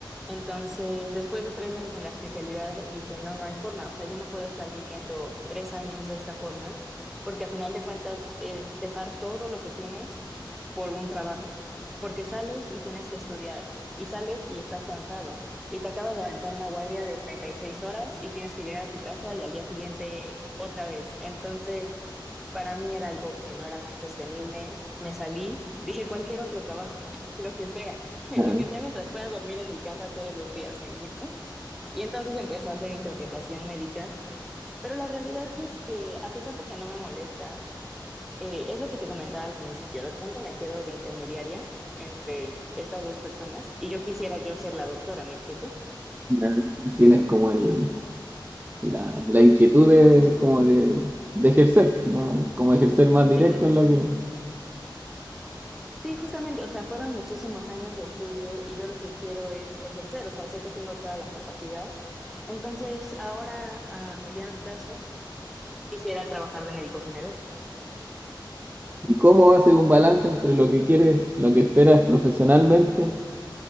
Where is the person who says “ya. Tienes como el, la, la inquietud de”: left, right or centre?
Right